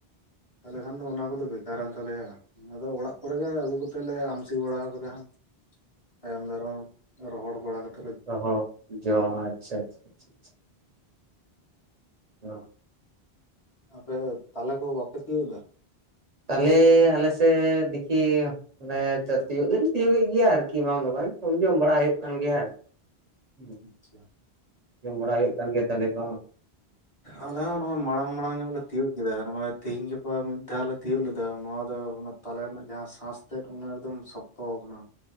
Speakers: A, on the left; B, on the right.
A: ᱛᱟᱦᱚᱞᱮ ᱠᱷᱟᱱ ᱫᱚ ᱚᱱᱟ ᱠᱚᱫᱚ ᱵᱮᱠᱟᱨᱮᱱ ᱛᱟᱞᱮᱭᱟ ᱟᱫᱚ ᱚᱲᱟᱜ ᱠᱚᱨᱮ ᱜᱮ ᱟᱹᱜᱩ ᱠᱟᱛᱮᱫ ᱞᱮ ᱟᱢᱥᱤ ᱵᱟᱲᱟ ᱠᱟᱫᱟ ᱦᱟᱸᱜ ᱛᱟᱭᱚᱢ ᱫᱟᱨᱟᱢ ᱨᱚᱦᱚᱲ ᱵᱟᱲᱟ ᱠᱟᱛᱮ
B: ᱨᱚᱦᱚᱲ ᱡᱚᱢ ᱟᱪᱪᱷᱟ ᱟᱪᱷᱟ ᱟᱪᱪᱷᱟ <unintelligible>
A: ᱟᱯᱮ ᱫᱚ ᱛᱟᱞᱮ ᱠᱚ ᱵᱟᱯᱮ ᱛᱤᱭᱳᱜᱟ?
B: ᱛᱟᱞᱮ ᱟᱞᱮ ᱥᱮᱫ ᱫᱤᱠᱷᱤ ᱟᱞᱮ ᱱᱮᱛᱟᱨ ᱛᱤᱭᱳᱜ ᱫᱚᱞᱮ ᱛᱤᱭᱳᱜ ᱮᱫ ᱜᱮᱭᱟ ᱟᱨᱠᱤ ᱵᱟᱝ ᱫᱚ ᱵᱟᱝ ᱡᱚᱢ ᱵᱟᱲᱟ ᱦᱩᱭᱩᱜ ᱠᱟᱱ ᱜᱮᱭᱟ <unintelligible>
A: ᱟᱪᱪᱷᱟ
B: ᱡᱚᱢ ᱵᱟᱲᱟ ᱦᱩᱭᱩᱜ ᱠᱟᱱ ᱜᱮᱭᱟ ᱛᱟᱞᱮ ᱠᱚ ᱦᱚᱸ
A: ᱟᱞᱮ ᱦᱚᱸ ᱱᱚᱣᱟ ᱢᱟᱲᱟᱝ ᱢᱟᱲᱟᱝ ᱧᱚᱜ ᱞᱮ ᱛᱤᱭᱩᱜ ᱠᱮᱫᱟ ᱱᱚᱜᱚᱭ ᱛᱤᱦᱤᱧ ᱜᱟᱯᱟ ᱢᱤᱫ ᱫᱷᱟᱣ ᱞᱮ ᱛᱤᱭᱩᱜ ᱞᱮᱫᱟ ᱱᱚᱣᱟ ᱫᱚ ᱚᱱᱟ ᱛᱟᱞᱮ ᱨᱮᱱᱟᱜ ᱡᱟᱦᱟᱸ ᱥᱟᱥ ᱛᱮᱫ ᱚᱱᱟ ᱮᱠᱫᱚᱢ ᱥᱚᱠ <inaudible> ᱛᱚ ᱠᱟᱱᱟ